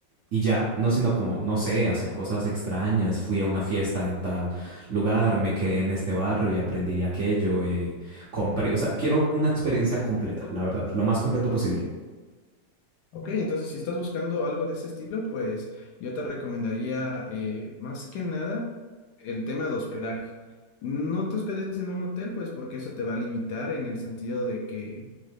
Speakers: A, on the right; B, on the left.
A: y ya, no, sino como, no sé, hacer cosas extrañas, fui a una fiesta en tal lugar, me quedé en este barrio y aprendí de aquello, eh, compré, o sea, quiero una experiencia completa, la verdad, lo más completo posible.
B: Ok, Ujú. entonces si estás buscando algo de ese estilo, pues yo te recomendaría eh, más que nada el tema de hospedaje. No te hospedes en un hotel, pues porque eso te va a limitar en el sentido de que